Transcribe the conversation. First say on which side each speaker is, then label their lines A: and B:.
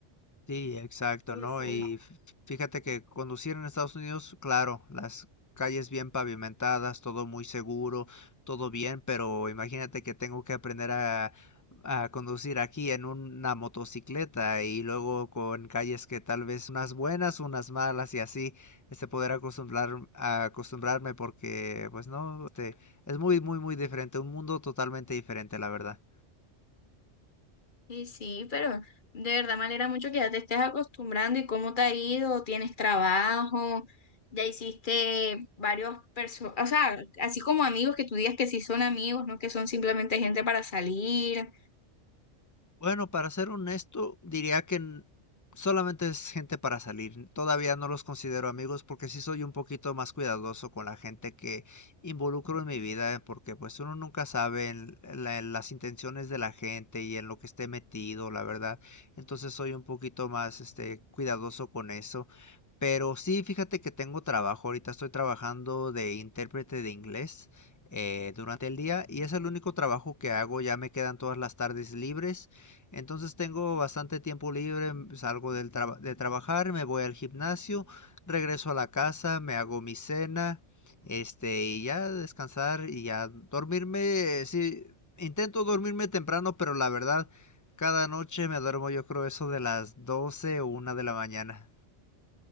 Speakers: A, on the left; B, on the left.
A: Sí, exacto,
B: Full,
A: ¿no?
B: full.
A: Y f- fíjate que conducir en Estados Unidos, claro, las calles bien pavimentadas, todo muy seguro, todo bien, pero imagínate que tengo que aprender a, a conducir aquí en una motocicleta y luego con calles que tal vez unas buenas, unas malas y así, este poder acostumbrar, a acostumbrarme porque, pues no, este, es muy, muy, muy diferente, un mundo totalmente diferente, la verdad.
B: Y sí, pero de verdad me alegra mucho que ya te estés acostumbrando y cómo te ha ido, tienes trabajo, ya hiciste varios personas, o sea, así como amigos que tú digas que sí son amigos, no que son simplemente gente para salir,
A: Bueno, para ser honesto, diría que n- solamente es gente para salir. Todavía no los considero amigos porque sí soy un poquito más cuidadoso con la gente que involucro en mi vida, eh, porque pues uno nunca sabe en la- en las intenciones de la gente y en lo que esté metido, la verdad. Entonces soy un poquito más este cuidadoso con eso. Pero sí, fíjate que tengo trabajo. Ahorita estoy trabajando de intérprete de inglés eh, durante el día y es el único trabajo que hago. Ya me quedan todas las tardes libres. Entonces tengo bastante tiempo libre, mm, salgo del traba- de trabajar, me voy al gimnasio, regreso a la casa, me hago mi cena, este, y ya descansar y ya dormirme. eh, Sí, intento dormirme temprano, pero la verdad, cada noche me duermo yo creo eso de las 12 o una de la mañana.